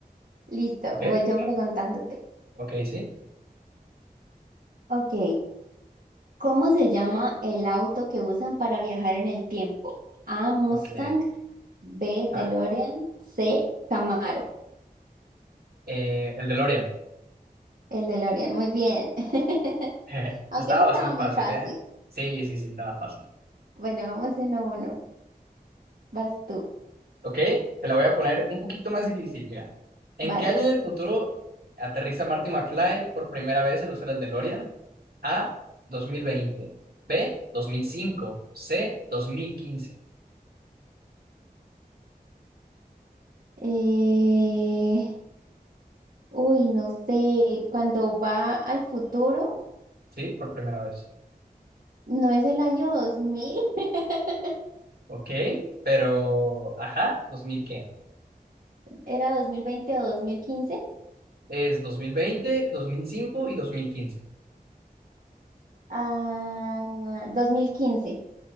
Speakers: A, on the right; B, on the right.
A: listo,
B: Ok,
A: voy yo preguntándote.
B: ok, sí.
A: Ok, ¿cómo se llama el auto que usan para viajar en el tiempo? A, Mustang,
B: Ok,
A: B, DeLorean,
B: ah,
A: C, Camaro.
B: eh, el DeLorean.
A: El DeLorean, muy bien. <laughs>
B: <laughs>
A: Aunque
B: Estaba
A: eso estaba
B: bastante
A: muy
B: fácil,
A: fácil.
B: ¿eh? Sí, sí, sí, estaba fácil.
A: Bueno, vamos uno a uno. Vas tú.
B: Ok, te la voy a poner un poquito más difícil. Mira, ¿en
A: Vale.
B: qué año del futuro aterriza Marty McFly por primera vez al usar el DeLorean? A, 2020. B, 2005. C, 2015.
A: Eh, Uy, no sé. Cuando va al futuro.
B: Sí, por primera vez.
A: No es el año 2000, <laughs>
B: Ok, pero, ajá, ¿2000 qué?
A: era 2020 o 2015.
B: Es 2020, 2005 y 2015.
A: Ah, 2015.